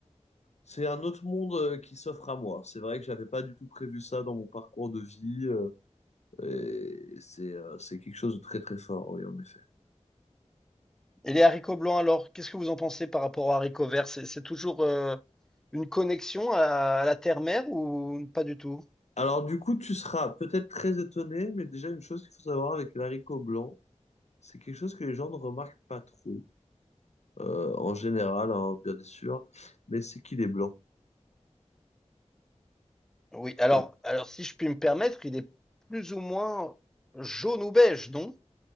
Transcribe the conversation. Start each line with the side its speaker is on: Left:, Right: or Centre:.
Left: c'est un autre monde euh, qui s'offre à moi. C'est vrai que j'avais pas du tout prévu ça dans mon parcours de vie, euh, et c'est euh, c'est quelque chose de très très fort, oui, en effet.
Centre: Et les haricots blancs, alors, qu'est-ce que vous en pensez par rapport aux haricots verts? C'est c'est toujours euh, une connexion à, à la terre-mère ou pas du tout?
Left: Alors du coup, tu seras peut-être très étonné, mais déjà une chose qu'il faut savoir avec l'haricot blanc, C'est quelque chose que les gens ne remarquent pas trop, euh, en général, hein, bien sûr, mais c'est qu'il est blanc.
Centre: Oui, alors,
Left: Et...
Centre: alors si je puis me permettre, il est plus ou moins jaune ou beige, non?